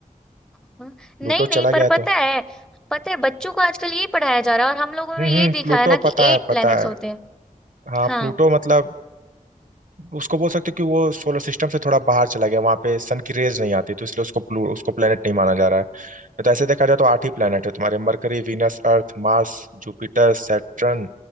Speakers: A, in the centre; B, on the right.
A: हम्म,
B: प्लूटो
A: नहीं नहीं
B: चला
A: पर
B: गया
A: पता
B: तो
A: है पता है बच्चों को आजकल यही पढ़ाया जा रहा है और हम लोगों
B: हम्म
A: में यही
B: हम्म
A: दिखाया
B: प्लूटो
A: ना कि
B: पता
A: एट
B: है पता
A: प्लैनेट्स
B: है
A: होते हैं
B: हाँ
A: हाँ
B: प्लूटो मतलब उसको बोल सकते हो कि वो सोलर सिस्टम से थोड़ा बाहर चला गया वहां पे सन की रेज नहीं आती तो इसलिए उसको प्लू उसको प्लेनेट नहीं माना जा रहा है नहीं तो ऐसे देखा जाए तो आठ ही प्लेनेट है तुम्हारे Mercury Venus Earth Mars Jupiter Saturn